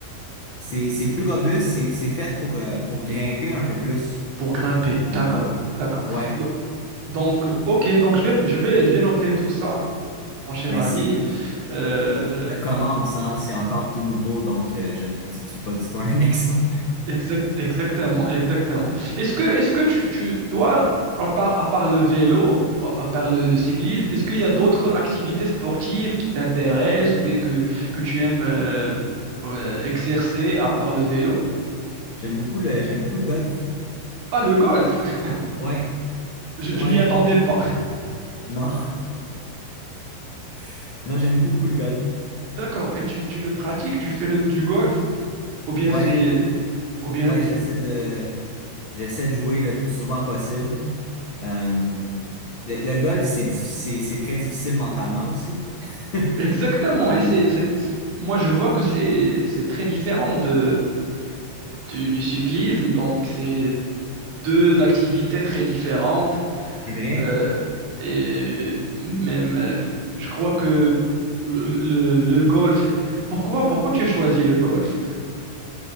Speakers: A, on the left; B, on the right.
A: C'est, c'est plus robuste, c'est, c'est fait pour, euh, pour grimper un peu plus.
B: pour grimper. D'accord,
A: Euh,
B: d'accord.
A: ouais,
B: Do- Donc, ok, donc je vais, je vais, je vais noter tout ça, mon cher
A: mais
B: ami.
A: c'est,
B: Euh,
A: je commence, hein, c'est encore tout nouveau, donc euh, je ne suis pas du tout un <laughs> expert.
B: Exact- exactement, exactement. Est-ce que, est-ce que tu, tu, toi, à part, à part le vélo, à part le, le cyclisme, est-ce qu'il y a d'autres activités sportives qui t'intéressent ou bien que, que tu aimes euh, euh, exercer à part le vélo?
A: J'aime beaucoup le, j'aime beaucoup le golf.
B: Ah, le golf! <laughs>
A: Ouais,
B: Je,
A: ouais,
B: je m'y attendais pas.
A: non, <laughs> non, j'aime beaucoup le golf.
B: <laughs> D'accord. Et tu, tu le pratiques, tu fais le, du golf? Ou bien
A: Ouais,
B: c'est... Ou bien...
A: ouais, j'essaie de, j'essaie de jouer le plus souvent possible. Euh, le, le golf, c'est, diffi- c'est, c'est très difficile mentalement aussi. <laughs>
B: Exactement.
A: Euh,
B: Et c'est, c'est... Moi, je vois que c'est, c'est très différent de, du, du cyclisme. Donc, c'est deux activités très différentes.
A: C'est vrai.
B: euh, et même, euh, je crois que le, le- le golf. Pourquoi, pourquoi tu as choisi le golf?